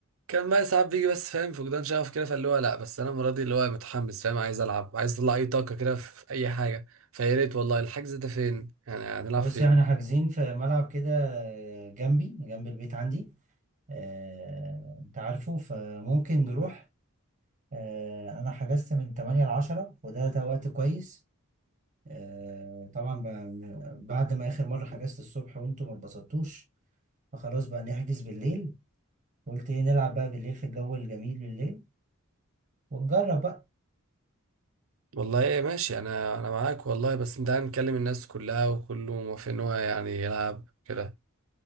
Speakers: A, on the right (about 70°); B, on the right (about 35°).
A: كان بقى ساعات بيجي بس فاهم فقدان شغف كده فاللي هو لا بس انا المره دي اللي هو متحمس فاهم عايز العب عايز اطلع اي طاقه كده في اي حاجه فيا ريت والله الحجز ده فين يعني هنلعب
B: بص
A: فين
B: احنا حاجزين في ملعب كده جنبي جنب البيت عندي آه، انت عارفه فممكن نروح آه، انا حجزت من 8 ل 10 وده ده وقت كويس آه، طبعا بقى- بعد ما اخر مره حجزت الصبح وانتوا ما اتبسطتوش فخلاص بقى نحجز بالليل قلت ايه نلعب بقى بالليل في الجو الجميل بالليل ونجرب بقى
A: والله ماشي انا انا معاك والله بس انت عم مكلم الناس كلها وكله موافق ان هو يعني يلعب كده